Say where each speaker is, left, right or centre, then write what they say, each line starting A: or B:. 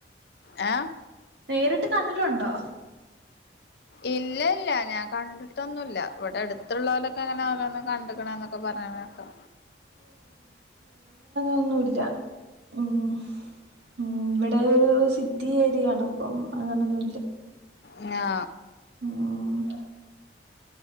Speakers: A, on the left; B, on the right.
A: ഏ
B: പേരിട്ട് കണ്ടിട്ടുണ്ടോ
A: ഇല്ല്ല ഞാൻ കണ്ടുടൊന്നുള്ള ഇവിടെ അടുത്തുള്ളലൊക്കെ അങ്ങനെ ഓരോന്ന് കണ്ടിക്കണ എന്നൊക്കെ പറന്നേക്കെട്ടു
B: ഒന്നുല്ല ഉം ഉ ഇവിടെ ഒരു സിറ്റി ഏരിയ ആണ് അപ്പം ആണെന്നുള്ള
A: ങ്ങ
B: മം